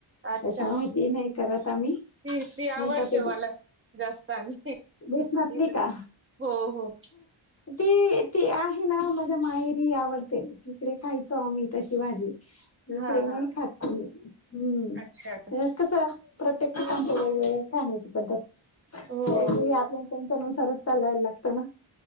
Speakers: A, on the right; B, on the left.
A: अच्छा
B: ते नाही करत आम्ही,
A: ती ती
B: नाही
A: आवडते
B: त ते
A: मला जास्त आणि
B: बेसनातली
A: इकडे
B: का?
A: हो हो.
B: ती ती आहे ना माझ्या माहेरी आवडते तिकडे खायचो आम्ही तशी भाजी. इकडे
A: हां
B: नाही
A: हां.
B: खात कोणी, हम्म
A: अच्छा.
B: कस प्रत्येक ठिकाणची वेगवेगळ्या खाण्याची पद्धत
A: हो.
B: आपल्या त्यांच्या नुसारच चालायला लागत ना